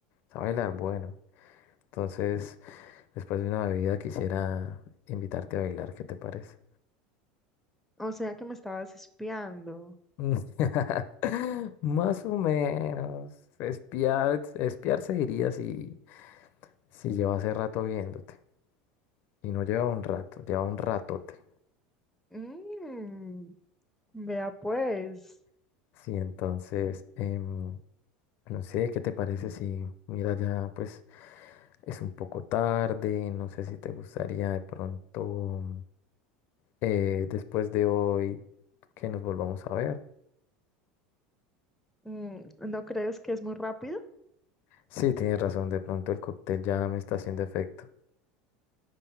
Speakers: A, on the left; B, in the centre.
A: sabe bailar bueno. Entonces, después de una bebida quisiera invitarte a bailar, ¿qué te parece?
B: O sea que me estabas espiando.
A: Mm. <laughs> Más o menos, espiar, espiar se diría si, si lleva hace rato viéndote. Y no lleva un rato, lleva un ratote.
B: Mm, Vea, pues,
A: Sí, entonces, em, No sé, ¿qué te parece si, mira, ya pues es un poco tarde, no sé si te gustaría de pronto eh, después de hoy que nos volvamos a ver.
B: mm, ¿no crees que es muy rápido?
A: Sí, tienes razón, de pronto el cóctel ya me está haciendo efecto.